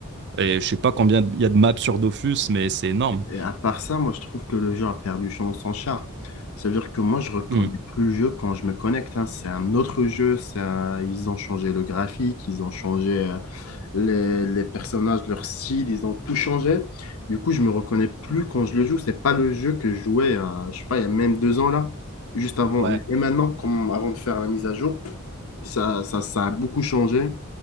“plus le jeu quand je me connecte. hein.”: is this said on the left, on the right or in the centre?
Left